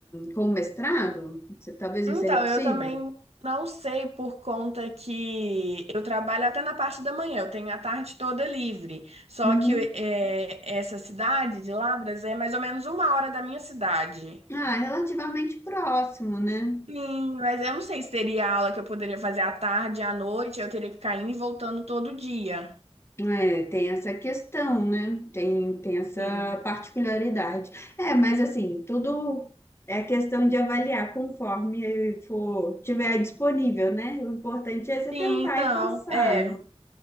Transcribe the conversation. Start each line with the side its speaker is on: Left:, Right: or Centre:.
Left: com o mestrado? Você- talvez não
Right: Então,
Left: seria possível?
Right: eu também não sei por conta que eu trabalho até na parte da manhã, eu tenho a tarde toda livre. Só
Left: Uhum.
Right: que é, essa cidade de Lavras é mais ou menos uma hora da minha cidade.
Left: Ah, relativamente próximo, né?
Right: enfim mas eu não sei se teria aula que eu poderia fazer à tarde, à noite, eu teria que ficar indo e voltando todo dia.
Left: É, tem essa questão, né? Tem, tem essa
Right: Sim.
Left: particularidade. É, mas assim, tudo é questão de avaliar conforme for, tiver disponível, né? O importante é você
Right: Sim,
Left: tentar
Right: não,
Left: e passar,
Right: é.
Left: não?